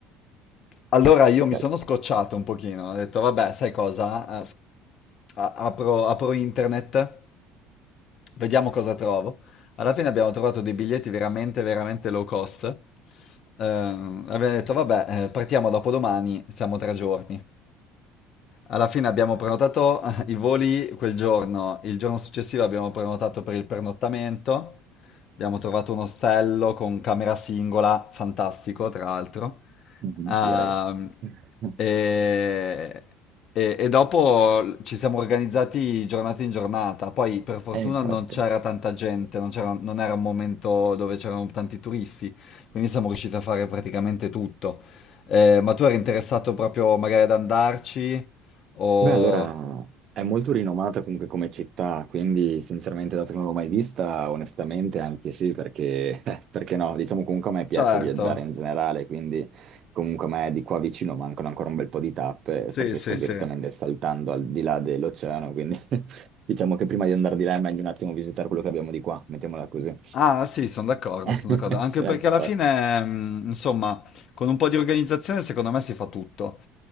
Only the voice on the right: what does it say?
bello,
Mhm.
direi. <laughs>
Eh, infatti.
Beh, allora è molto rinomata comunque come città, quindi sinceramente, dato che non l'ho mai vista, onestamente anche sì, perché, <laughs> perché no, diciamo comunque a me piace
viaggiare in generale, quindi comunque a me di qua vicino mancano ancora un bel po' di tappe,
perché
sto Sì,
sì. direttamente saltando al di là dell'oceano, quindi <laughs> diciamo che prima di andare di là è meglio un attimo visitare quello che abbiamo di qua, mettiamola così.
<laughs>
Sì,
infatti.